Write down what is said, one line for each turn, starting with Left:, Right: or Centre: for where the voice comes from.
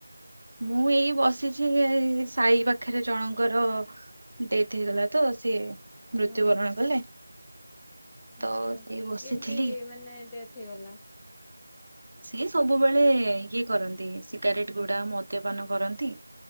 Right: ମୁଁ ଏଇ ବସିଛି ଏଇ ସାହି ପାଖରେ ଜଣଙ୍କର ଡେଥ ହେଇଗଲା ତ ସିଏ। ମୃତ୍ୟୁବରଣ
Centre: ଓହୋ
Right: କଲେ ତ
Centre: ଆଚ୍ଛା
Right: ସେଇ ବସିଥିଲି।
Centre: କେମତି ମାନେ ଡେଥ ହେଇଗଲା।
Right: ସିଏ ସବୁବେଳେ ଇଏ କରନ୍ତି। ସିଗାରେଟ ଗୁଡା ମଦ୍ୟପାନ କରନ୍ତି।